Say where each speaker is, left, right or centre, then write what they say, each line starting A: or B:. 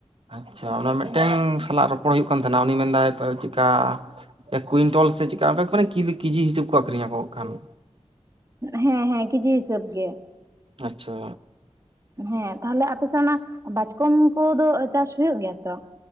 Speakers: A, on the right; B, on the right.
A: ᱟᱪᱪᱷᱟ ᱚᱱᱟ ᱢᱤᱫᱴᱮᱝ ᱥᱟᱞᱟᱜ ᱨᱚᱯᱚᱲ ᱦᱩᱭᱩᱜ ᱠᱟᱱ ᱛᱟᱦᱮᱱᱟ ᱩᱱᱤ ᱢᱮᱱᱫᱟᱭ ᱛᱚ ᱪᱮᱠᱠᱟ ᱮᱠ ᱠᱩᱭᱤᱱᱴᱚᱞ ᱥᱮ ᱪᱮᱠᱟ ᱚᱱᱠᱟ ᱠᱤᱡᱤ ᱠᱤᱡᱤ ᱦᱤᱥᱟᱹᱵ ᱠᱚ ᱟᱠᱠᱷᱨᱤᱧᱟᱠᱚ ᱦᱟᱜ ᱠᱷᱟᱱ᱾
B: ᱦᱮᱸ ᱦᱮᱸ ᱠᱤᱡᱤ ᱦᱤᱥᱟᱹᱵ ᱜᱮ᱾
A: ᱟᱪᱪᱷᱟ᱾
B: ᱦᱮᱸ ᱛᱟᱦᱚᱞᱮ ᱟᱯᱮ ᱥᱮᱱ ᱚᱱᱟ ᱵᱟᱪᱠᱚᱢ ᱠᱚᱫᱚ ᱪᱟᱥ ᱦᱩᱭᱩᱜ ᱜᱮᱭᱟ ᱛᱚ?